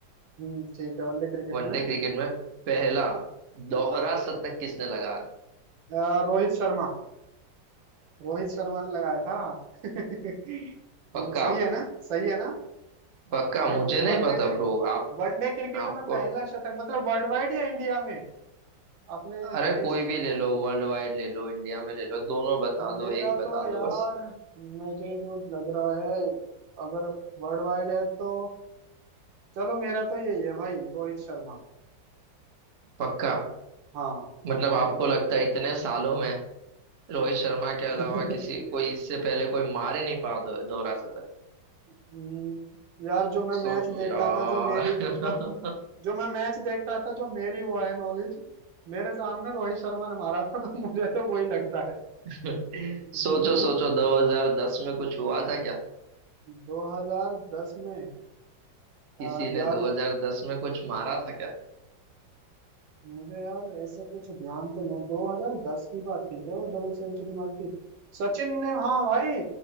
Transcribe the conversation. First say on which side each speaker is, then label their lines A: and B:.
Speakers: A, on the right (about 80°); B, on the right (about 60°).
A: हम्म ठीक है वनडे क्रिकेट
B: वनडे
A: में
B: क्रिकेट में पहला दोहरा शतक किसने लगाया था
A: अ, रोहित शर्मा रोहित शर्मा ने लगाया था <laughs>
B: पक्का
A: सही है ना सही है ना
B: पक्का
A: One
B: मुझे नहीं
A: one day
B: पता
A: crick
B: ब्रो आपको
A: one day cricket
B: आपको
A: में पहला शतक मतलब वर्ल्ड वाइड या इंडिया में अपने
B: अरे
A: देश
B: कोई भी ले लो वर्ल्ड वाइड ले लो इंडिया में ले लो दोनों बता
A: मेरा
B: दो एक
A: तो
B: बता
A: यार
B: दो बस
A: मुझे जो लग रहा है अगर वर्ल्ड वाइड है तो चलो मेरा तो यही है भाई रोहित शर्मा
B: पक्का
A: हाँ
B: मतलब
A: मेरा
B: आपको लगता है इतने सालों में रोहित शर्मा के अलावा
A: <laughs>
B: किसी कोई इससे पहले कोई मार ही नहीं पा दो, दोहरा शतक
A: हम्म, यार जो मैं
B: सोचो
A: मैच देखता
B: यार
A: था जो मेरी मतलब जो मैं मैच देखता था जो मेरी वो है नॉलेज मेरे सामने रोहित शर्मा ने मारा था <laughs> तो मुझे तो वही लगता है
B: <laughs>
A: <laughs>
B: सोचो सोचो 2010 में कुछ हुआ था क्या
A: 2010 में
B: किसी
A: आ, यार
B: ने 2010 में कुछ मारा था क्या
A: मुझे यार ऐसे कुछ ध्यान तो नहीं 2010 की बात थी क्या वो डबल सेंचुरी मारी थी सचिन ने हाँ भाई